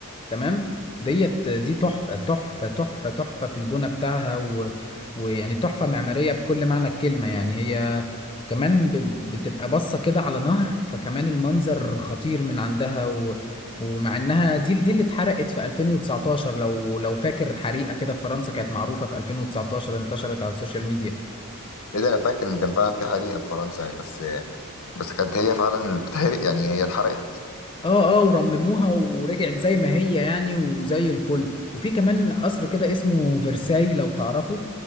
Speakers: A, on the left; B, on the left.
A: تمام ديت دي تحفة تحفة تحفة تحفة في البنى بتاعها و... ويعني تحفة معمارية بكل معنى الكلمة يعني هي كمان بت... بتبقى باصة كده على نهر فكمان المنظر خطير من عندها و... ومع انها دي دي اللي اتحرقت في 2019 لو لو فاكر حريقة كده في فرنسا كانت معروفة في 2019 انتشرت على السوشيال ميديا
B: ايه ده انا فاكر ان كان فعلا في حريقه في فرنسا يعني بس بس كانت هي فعلا اللي بتحرق يعني هي اتحرقت
A: اه اه ورمموها ورجعت زي ما هي يعني وزي الفل وفي كمان قصر كده اسمه فرساي لو تعرفه